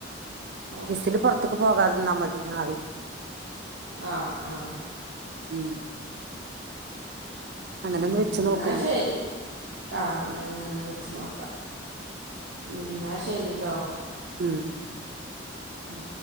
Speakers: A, on the right; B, on the right.
A: ഓക്കെ
B: വിസില് പൊറത്ത്ക്ക് പോകാതന്നാ മതി ആവി
A: ആ ആ
B: ഉം അങ്ങനെ
A: ഉം
B: ഒന്ന് വെച്ച് നോക്ക്
A: ന്നാ
B: ഇനി
A: ശരി ആഹ് ഇഞാൻ അങ്ങനെ വെച്ച് നോക്കാം ഉം ന്നാ ശരിട്ടോ
B: ഉം
A: ഉം